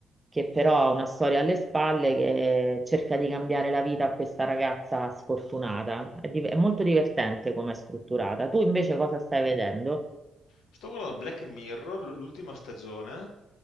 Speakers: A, on the right; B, on the left.
A: che però ha una storia alle spalle che cerca di cambiare la vita a questa ragazza sfortunata. È, div- è molto divertente come è strutturata. Tu invece cosa stai vedendo?
B: Sto guardando Black Mirror, l- l'ultima stagione,